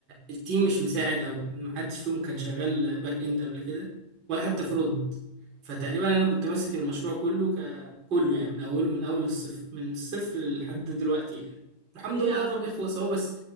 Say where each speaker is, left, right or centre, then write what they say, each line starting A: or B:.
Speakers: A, on the right (about 40°); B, on the right (about 55°).
A: التيم مش مساعد او محدش فيهم كان شغال باك اند قبل كده ولا حتى فرونت فتقريبا انا كنت ماسك المشروع كله ك... كله يعني من اوله من اول الصفر من الصفر لحد دلوقتي يعني الحمد
B: ايه
A: لله
B: يا عم
A: قرب يخلص اهو بس